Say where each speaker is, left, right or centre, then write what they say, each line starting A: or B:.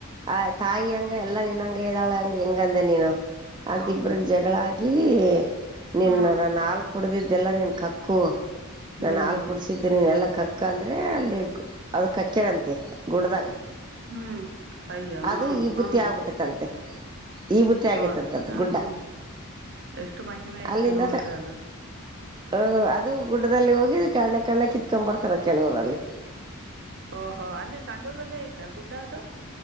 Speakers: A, on the right; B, on the right.
A: ಆ ತಾಯಿ ಹಂಗ ಎಲ್ಲಾ ನಿನ್ ಹಂಗ ಇದ್ದಾಳ ಹಂಗ ಹೆಂಗಂದೆ ನೀನು ಅಂತ
B: ಹೌದಾ
A: ಇಬ್ರಗ್ ಜಗಳಾಗಿ ನಿನ್ನ
B: ಹಾ
A: ನಾ ನಾಲ್ಕು ಕುಡ್ದಿದ್ದೆಲ್ಲಾ ನಿನ್ ಕಕ್ಕು
B: ಹ್ಮ್
A: ನಾನ ಹಾಲ್ ಕುಡಸಿದ್ದ ನೀನ್ ಎಲ್ಲ ಕಕ್ಕ ಅಂದ್ರೆ ಅಲ್ಲಿ ಅದ ಕಕ್ಕೇನಂತೆ ಗುಡ್ದಾಗ
B: ಹ್ಮ್ ಅಯ್ಯ ಹ
A: ಅದು ಈ
B: ಹಾ
A: ಬುತ್ತಿ ಆಗ್ಬಿಟ್ಟೈತಂತೆ ಈ ಬುತ್ತ ಆಗೇತ್ತಂತದ್ದು
B: ನೋಡ್ರಿ ಹಾ
A: ಗುಡ್ಡ
B: ಎಷ್ಟು ಮಹಿಮೆ ಐತೆ
A: ಅಲ್ಲಿಂದಲ್ಲ
B: ನೋಡ್ರಿ ಅದು
A: ಹ ಅದು ಗುಡ್ಡದಲ್ಲಿ ಹೋಗಿ ಕಣ್ಣ ಕಣ್ಣ ಕಿತ್ಕೊಂಡ್ ಬರ್ತಾರ ಕೆಲವರಲ್ಲಿ
B: ಓಹೋ ಅಲ್ಲಿ ಸಂಡೂರಲ್ಲೇ ಐತೆ ಗುಡ್ಡ ಅದು